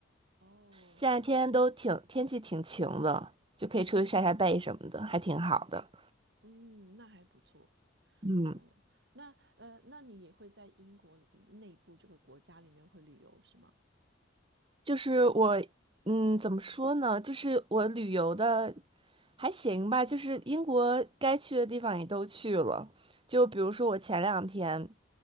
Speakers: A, on the right; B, on the right.
A: <laughs> 哦，
B: 现在天天都挺天气挺晴的，就可以出去晒晒背什么的，还挺好的。
A: 嗯，那还不错。
B: 嗯，
A: 哦，那呃，那你也会在英国内部这个国家里面会旅游是吗？
B: 就是我，嗯，怎么说呢？就是我旅游的还行吧，就是英国该去的地方也都去了。就比如说我前两天，